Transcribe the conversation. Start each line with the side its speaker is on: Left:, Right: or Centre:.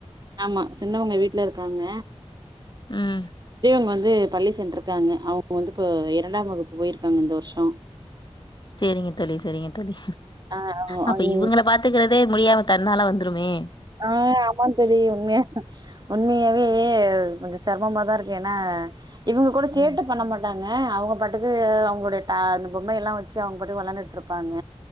Right: ஆமா சின்னவங்க வீட்ல இருக்காங்க
Left: ம்
Right: பெரியவங்க வந் து பள்ளி சென்றிருக்காங்க. அவங்க வந்து இப்ப இரண்டாம் வகுப்பு போயிருக்காங்க இந்த வர்ஷோ
Left: செரிங்க தோழி செரிங்க தோழி.
Right: ஆ
Left: அப்ப
Right: அங்
Left: இவங்கள பாத்துக்கறதே முடியாம தன்னால வந் துருமே
Right: ஆ ஆமா தோழி உண்மையா உண்மையா வே கொஞ்ச சிரமமாதா இருக்கு ஏன்னா இவங்க கூட சேட்ட
Left: ம்
Right: பண்ண மாட்டா ங்க அவங்க பாட்டுக்கு அவங்களோட டா அந்த பொம்மையெல்லா வச்சு அவங்க பாட்டுக்கு வெளான்டுட்டு இருப்பாங்க.